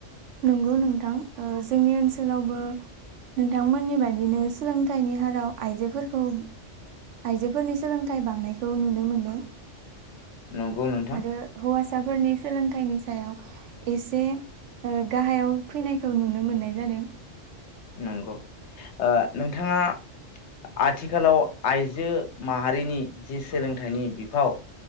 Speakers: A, on the right; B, on the left.
A: नंगौ नोंथां, ओ जोंनि ओनसोलावबो नोंथांमोननि बायदिनो सोलोंथाइनि हाराव आइजोफोरखौ आइजोफोरनि सोलोंथाइ बांनायखौ नुनो मोनो
B: नंगौ नोंथां
A: आरो हौवासा फिसाफोरनि सोलोंथाइनि सायाव एसे ओ गाहायाव फैनायखौ नुनो मोननाय जादों।
B: नंगौ, ओ नोंथाङा आथिखालाव आइजो माहारिनि जि सोलोंथाइनि बिफाव